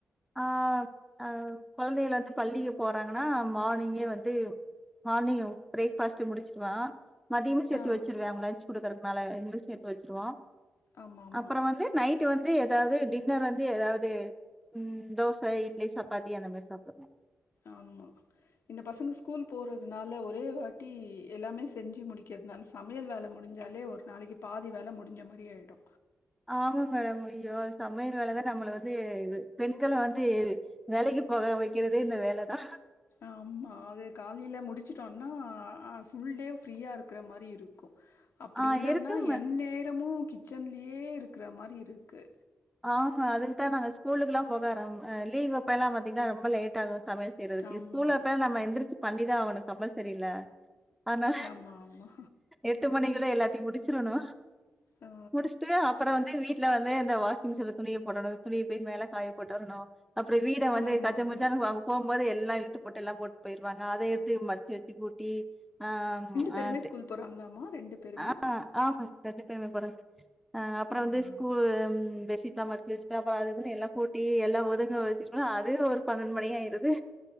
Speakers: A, in the centre; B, on the left.
A: ஆ அ கொழந்தையள வந்து பள்ளிக்கு போறாங்கன்னா மார்னிங்கே வந்து மார்னிங் பிரேக் ஃபாஸ்ட்டு முடிச்சிருவ மதியமு சேத்து
B: ஆ
A: வச்சிருவே அவுங்க லஞ்ச் குடுக்குற னால ரெண்டு சேத்து வச்சிருவோ
B: ஆமாம் ஆமாம்
A: அப்றோ வந்து நைட்டு வந்து ஏதாவ்து டின்னர் வந்து ஏதாவ்து உம் தோச இட்லி சப்பாத்தி அந்த மாரி சாப்டுவொ
B: ஆமா இந்த பசங்க ஸ்கூல் போறதுனால ஒரே வாட்டி எல்லாமே செஞ்சி முடிகெற்துனால சமையல் வேல முடிஞ்சாலே ஒரு நாளக்கி பாதி வேல முடிஞ்ச மாரி ஆயிடு
A: ஆமா மேடம் ஐயோ சமையல் வேலதா நம்மள வந்து பெண்கள வந்து வேலைக்கி போக வெக்கிறதே இந்த வேல தா
B: ஆமா அது காலையில முடிச் சிட்டோன்னா ஆ ஃபுல் டே ஃப்ரீயா இருக்குற மாரி இருக்கு அப்டி
A: ஆ
B: இல்லன்னா
A: இருக்கும்
B: என் நேரமு கிச்சன்லியே இருக்குற மாரி இருக்கு
A: ஆமா அதுக்குதா நாங்க ஸ்கூலுகுல்லா போக ஆரம் ஆ லீவ்வப்ப எல்லா பாத்தீங்னா ரொம்ப லேட் ஆகு சமையல் செய்றதுக்கே
B: ஆமா.
A: ஸ்கூலப்ப நம்ம எந்திரிச்சி பண்ணிதா ஆவனு கம்பல்ஸ் சரில ஆனா
B: ஆமா, ஆமா.
A: எட்டு மணிக்குள்ள எல்லாத்தையும் முடிச்சிறணு
B: ஆ
A: முடிச்சிட்டு அப்பறோ வந்து வீட்ல இதே இந்த வாஸ் மிஷின்ல துணிய போடணு துணிய போய் மேல காய போட்டு வரணு அப்றோ வீட வந்து
B: ஆமா,
A: கஜ
B: ஆமா.
A: முஜனு அவங்க போகும்போது எல்லா இழுத்து போட்டு எல்லா போட்டு போயிருவாங்க அத எடுத்து மடிச்சு வெச்சு கூட் டி ஆ
B: பேருமே
A: ஆன்ட்டு
B: ஸ்கூல் போறாங்களாமா? பேருமே?
A: ஆ ஆமா ரெண்டு பேருமே போறாங்க அப்புற
B: ஆ.
A: வந்து ஸ்கூல் சீட்லாம் மடிச்சு வச்சுட்டு அப்புறோ அது இதுன்னு எல்லாம் கூட்டி எல்லா ஒதுங்க வச்சுட்டோன அதே ஒரு பன்னெண்ட் மணி ஆயிருது